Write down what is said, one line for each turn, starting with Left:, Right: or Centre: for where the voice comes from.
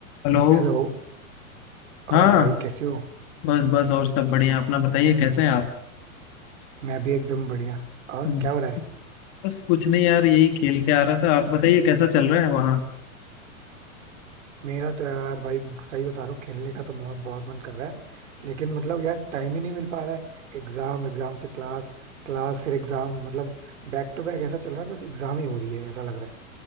Left: Hello
Right: Hello
Left: हाँ
Right: और भाई कैसे हो
Left: बस बस और सब बढ़िया अपना बताइए कैसे हैं आप
Right: मैं भी एकदम बढ़िया और
Left: हम्म,
Right: क्या हो रहा है
Left: बस कुछ नहीं यार यही खेल के आ रहा था आप बताइए कैसा चल रहा है वहाँ
Right: मेरा तो यार भाई सही बता रहा हूँ खेलने का तो बहुत बहुत मन कर रहा है लेकिन मतलब यार टाइम ही नहीं मिल पा रहा है एग्जाम एग्जाम से क्लास क्लास फिर एग्जाम मतलब बैक टू बैक ऐसा चल रहा है बस एग्जाम ही हो रही है ऐसा लग रहा है